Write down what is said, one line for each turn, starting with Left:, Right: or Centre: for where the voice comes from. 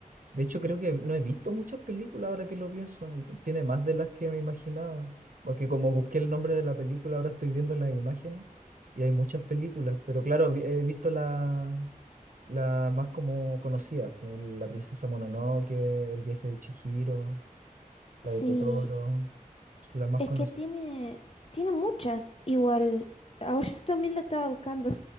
Right: De hecho, creo que no he visto muchas películas ahora que lo pienso. Tiene más de las que me imaginaba. Porque como busqué el nombre de la película, ahora estoy viendo las imágenes y hay muchas películas. Pero claro, vi- he visto la, la más como conocida, La princesa Mononoke, El viaje de Chihiro,
Left: Sí,
Right: la de Totoro, son las más
Left: es
Right: conocidas.
Left: que tiene, tiene muchas. Igual, ahora <laughs> yo también la estaba buscando.